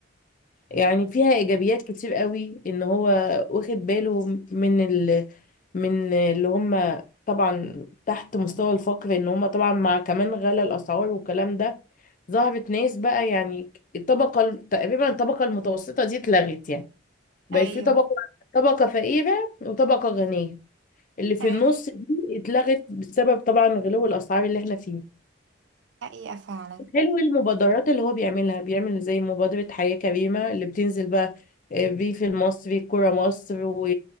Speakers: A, on the left; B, on the right.
A: يعني فيها ايجابيات كتير قوي ان هو واخد باله من ال... من اللي هم طبعا تحت مستوى الفقر ان هم طبعا مع كمان غلا الاسعار والكلام ده ظهرت ناس بقى يعني الطبقه ال- تقريبا الطبقه المتوسطه دي اتلغت يعني بقت
B: ايوه
A: في طبقه طبقه فقيره وطبقه غنيه اللي في
B: ايوه
A: النص دي اتلغت بسبب طبعا غلو الاسعار اللي احنا فيه
B: حقيقه فعلا
A: حلو المبادرات اللي هو بيعملها بيعمل زي مبادرة حياة كريمة اللي بتنزل بقى آه، ريف المصري الكرة مصر و...